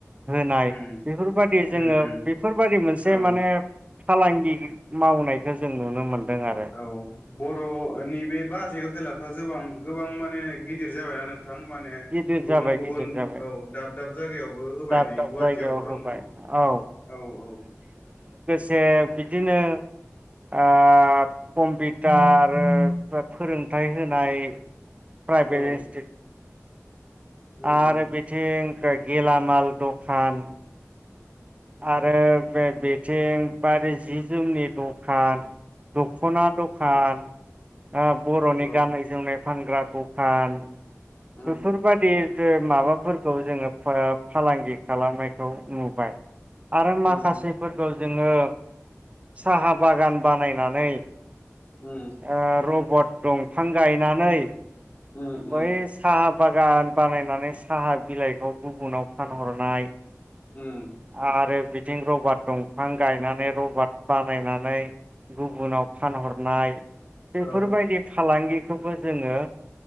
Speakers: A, on the right (about 25°); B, on the left (about 35°).
A: होनाय
B: उम
A: बेफोरबादि जोङो
B: उम उम
A: बेफोरबादि मोनसे
B: औ
A: माने फालांगि मावनायखौ जों नुनो मोन दों आरो।
B: औ बर'नि बे बाजै हटेलाथ' जोबां-गोबां माने गिदिर। जाबायना नोंथां माने
A: गिदिर
B: गुबुन
A: जाबाय
B: गुबुन
A: गिदिर जाबाय
B: औ दाब दाब जायगायावबो होबाय
A: दाब
B: नै
A: दाब
B: गुवाहाटियावबो
A: जायगायाव
B: दं
A: होबाय
B: न
A: औ
B: औ औ।
A: ए बिदिनो ओब कम्पिटार
B: उम उम
A: फोर फोरों हाथाय होनाय प्राइभेस
B: औ उम
A: आरो
B: उम
A: बिथिं गेलामाल दखान आरो बे बेथिं बारि जि जोमनि दखान दख'ना दखान ओ बर'नि
B: औ
A: गाननाय जोमनाय फानग्रा दखान।
B: उम
A: बेफोरबादि माबाफोरखौ जोङो फ फालांगि खालामनायखौ नुबाय। आरो माखासेफोरखौ
B: उम
A: जोङो साहा बागान बानायनानै ओ
B: उम
A: र बट दंफां गायनानै
B: उम
A: बै
B: उम।
A: साहा बागान बानायनानै साहा बिलाइखौ गुबुनाव फानहरनाय।
B: उम
A: आं आरो बिदि रबात दंफां गायनानै रबात बानायनानै गुबुनाव फानहरनाय। बेफोरबायदि
B: औ
A: फालांगिखौबो जोङो